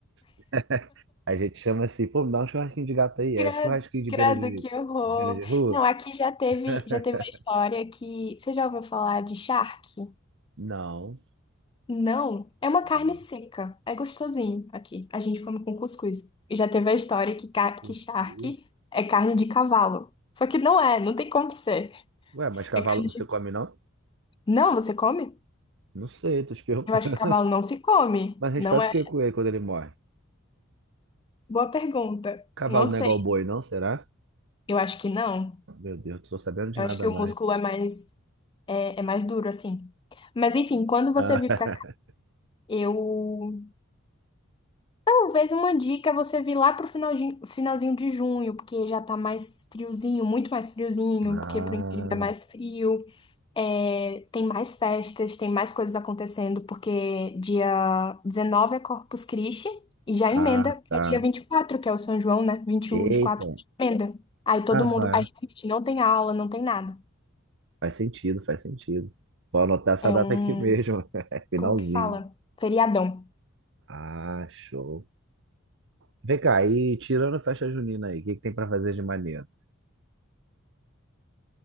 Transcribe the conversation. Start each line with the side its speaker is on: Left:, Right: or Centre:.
Right: <laughs> A gente chama assim, pô, me dá um churrasquinho de gato aí.
Left: Credo,
Right: É churrasquinho de
Left: credo,
Right: beira de,
Left: que horror.
Right: de beira de rua?
Left: Não, aqui já teve,
Right: <laughs>
Left: já teve a história que. Você já ouviu falar de charque?
Right: Não.
Left: Não, é uma
Right: não.
Left: carne seca. É gostosinho aqui. A gente come com cuscuz. E já teve a história que, ca-
Right: Cuscuz.
Left: que charque é carne de cavalo. Só que não é, não tem como ser.
Right: Ué, mas cavalo
Left: É carne
Right: você
Left: de...
Right: come não?
Left: Não, você come?
Right: Não sei, tô te perguntando.
Left: Eu acho que cavalo não se come.
Right: <laughs> Mas a gente
Left: Não
Right: faz
Left: é?
Right: o que com ele quando ele morre?
Left: Boa pergunta.
Right: Cavalo
Left: Não sei.
Right: não é igual boi, não? Será?
Left: Eu acho que não.
Right: Meu Deus, não tô sabendo de
Left: Eu
Right: nada
Left: acho que
Right: mais.
Left: o músculo é mais, é, é mais duro, assim. Mas enfim, quando você
Right: <laughs>
Left: vir pra cá, eu. Talvez uma dica é você vir lá pro finalzinho, finalzinho de junho, porque já tá mais friozinho, muito mais friozinho,
Right: Ah,
Left: porque pro interior é é mais frio, é, tem mais festas, tem mais coisas acontecendo, porque dia 19 é Corpus Christi, e já
Right: ah,
Left: emenda
Right: tá.
Left: pra dia 24 que é o São João, né? vinte e
Right: Eita.
Left: um vinte e quatro emenda. Aí todo
Right: Ah, não
Left: mundo.
Right: é.
Left: Aí realmente não tem aula, não tem nada.
Right: Faz sentido, faz sentido. Vou anotar essa
Left: É
Right: data
Left: um
Right: aqui mesmo. <laughs> É Finalzinho.
Left: como que fala? Feriadão.
Right: Ah, show. Vem cá, e tirando a festa junina aí, o que que tem pra fazer de maneiro?